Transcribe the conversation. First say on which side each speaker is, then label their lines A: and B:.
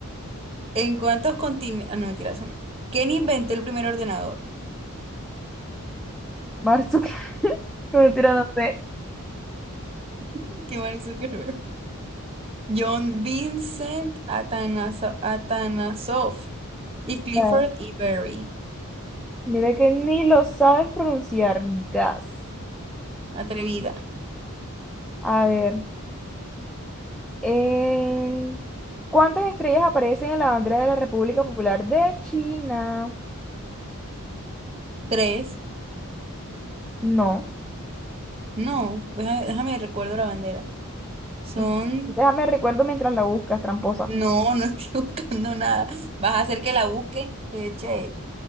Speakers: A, on the right; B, in the centre.
A: ¿en cuántos continentes? Ah, no, mentira, eso no. ¿Quién inventó el primer ordenador?
B: Marzo. <laughs> No, mentira, no sé.
A: <laughs> Qué Mark Zuckerberg. John Vincent Atanaso- Atanasoff y Clifford
B: No.
A: E. Berry.
B: Mira que ni lo sabes pronunciar. Gas.
A: Atrevida.
B: A ver. en- ¿Cuántas estrellas aparecen en la bandera de la República Popular de China?
A: Tres.
B: No.
A: No, déjame, déjame recuerdo la bandera. Son.
B: <laughs> Déjame recuerdo mientras la buscas, tramposa.
A: No, no estoy <laughs> buscando nada. Vas a hacer que la busque. Eh, che.